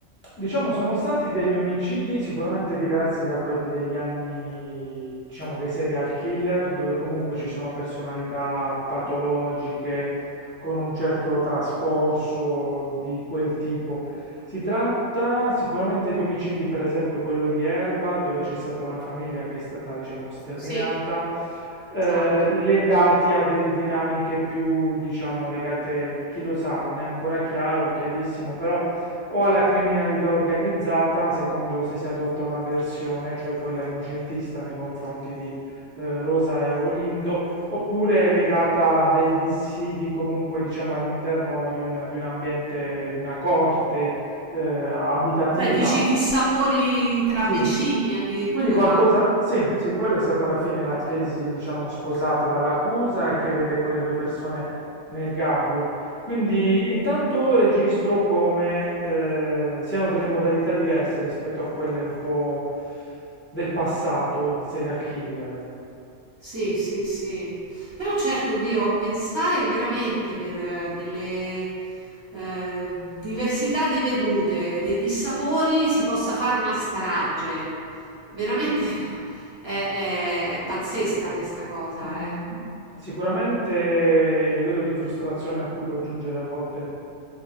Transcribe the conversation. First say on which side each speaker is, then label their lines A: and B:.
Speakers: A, on the left (about 20°); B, on the right (about 30°).
A: diciamo sono stati degli omicidi sicuramente diversi da quelli degli anni, diciamo, dei serial killer, dove comunque ci sono personalità patologiche con un certo trascorso di quel tipo. Si tratta sicuramente di omicidi, per esempio quello di Erba, dove c'è stata una famiglia che è stata, diciamo, sterminata,
B: Sì,
A: eh,
B: esatto.
A: legati a delle dinamiche più, diciamo, legate, chi lo sa, non è ancora chiaro, chiarissimo, però o alla criminalità organizzata, secondo se si adotta una versione, cioè quella innocentista nei confronti di eh, Rosa e Olindo, oppure è legata a dei dissidi comunque, diciamo, all'interno di un, di un ambiente, di una corte eh, abitativa.
B: Cioè, dici dissapori tra
A: Sì,
B: vicini addirittura?
A: quindi qualcosa, sì, sì, quello è stata alla fine la tesi,
B: Oddio.
A: diciamo, sposata dall'accusa e che vede quelle due persone nel gabbio. Quindi intanto registro come eh, siano delle modalità diverse rispetto a quelle un po' del passato di serial killer.
B: Sì, sì, sì. Però certo, Dio, pensare che veramente per eh, delle eh, diversità di vedute, dei dissapori, si possa fare una strage. Veramente <laughs> è, è- è pazzesca questa cosa,
A: Mm,
B: eh.
A: sicuramente il livello di frustrazione a cui può giungere a volte